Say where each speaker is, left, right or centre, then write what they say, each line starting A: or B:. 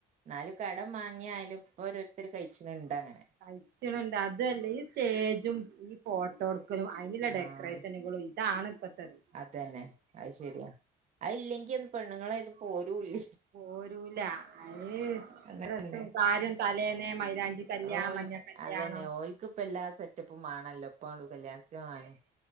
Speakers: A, on the right (about 45°); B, on the right (about 70°).
A: ന്നാലും കടം വാങ്ങിയാലും ഇപ്പോ ഓരോരുത്തരു കഴിച്ചിനിണ്ട് അങ്ങനെ
B: കഴിച്ചണണ്ട് അതന്നെ ഈ സ്റ്റേജും ഈ ഫോട്ടോട്- ക്കലും അതിനുള്ള
A: ആഹ്
B: ഡെക്കറേഷനുകളും ഇതാണ് ഇപ്പത്തത്
A: അതന്നെ അത് ശരിയാ അയില്ലെങ്കി ഒന്ന് പെണ്ണുങ്ങള ഇത് പോരൂല്ലി
B: പോരൂല അയ്
A: അതന്നെ
B: ഡ്രസ്സും കാര്യം തലേന്നെ മൈലാഞ്ചി കല്യാണം
A: ഓൽ
B: മഞ്ഞ കല്യാണം
A: അതന്നെ ഓൽക്കിപ്പ എല്ലാ സെറ്റപ്പും വാണല്ലോ ഇപ്പണ്ട് കല്യാണത്തിന് പോവാന്